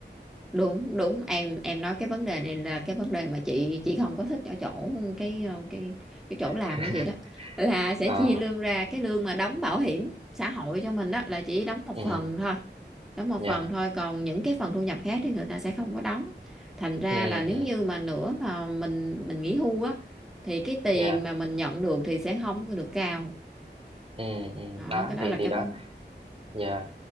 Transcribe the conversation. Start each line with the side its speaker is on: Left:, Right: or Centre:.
Centre: đúng đúng em em nói cái vấn đề này là cái vấn đề mà chị chị không có thích ở chỗ cái ờ, cái cái chỗ làm
Right: <laughs>
Centre: của chị đó là sẽ
Right: à
Centre: chia lương ra cái lương mà đóng bảo
Right: ừ
Centre: hiểm xã hội cho mình đó là chỉ đóng một
Right: ừ
Centre: phần thôi đóng một
Right: dạ
Centre: phần thôi còn những cái phần thu nhập khác thì người ta sẽ không có đóng thành ra
Right: ừ
Centre: là nếu
Right: ừ
Centre: như mà nữa mà mình mình nghỉ hưu á thì cái tiền
Right: dạ
Centre: mà mình nhận được thì sẽ không có được cao
Right: ừ ừ
Centre: đó
Right: đó
Centre: cái đó
Right: thì
Centre: là
Right: thì
Centre: cái
Right: đó
Centre: vấn
Right: dạ